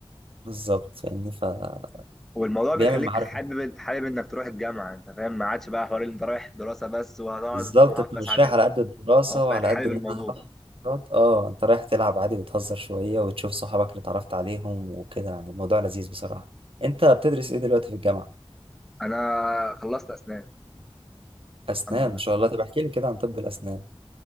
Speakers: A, on the right; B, in the centre.
A: بالظبط فاهمني فبيعمل
B: والموضوع بيخليك
A: معارف
B: حابب حابب انك تروح الجامعه انت فاهم ما عادش بقى حوار اللي انت رايح دراسه بس وهتقعد
A: بالظبط انت
B: بس
A: مش
B: ساعتين
A: رايح على قد الدراسة
B: اه
A: وعلى
B: بقيت حابب
A: قد ان
B: الموضوع
A: انا هروح <laughs> المحاضرات. اه انت رايح تلعب عادي وتهزر شوية وتشوف صحابك اللي اتعرفت عليهم وكده يعني الموضوع لذيذ بصراحة انت بتدرس ايه دلوقتي في الجامعة؟
B: انا خلصت اسنان
A: اسنان
B: الحمد لله
A: ان شاء الله طب احكي لي كده عن طب الاسنان